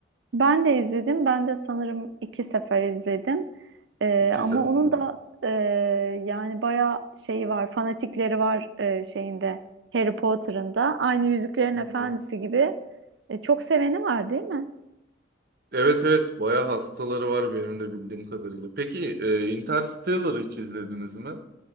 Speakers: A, on the right (about 85°); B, on the right (about 55°).
A: Ben de izledim. Ben de sanırım iki sefer izledim. Ee,
B: İki
A: ama
B: sefer.
A: onun
B: oldu.
A: da e, yani bayağı şeyi var, fanatikleri var e, şeyinde Harry Potter'ın da. Aynı Yüzüklerin
B: Hı.
A: Efendisi gibi e, çok seveni var, değil mi?
B: Evet evet bayağı hastaları var benim de bildiğim kadarıyla. Peki e, Interstellar'ı hiç izlediniz mi? <laughs>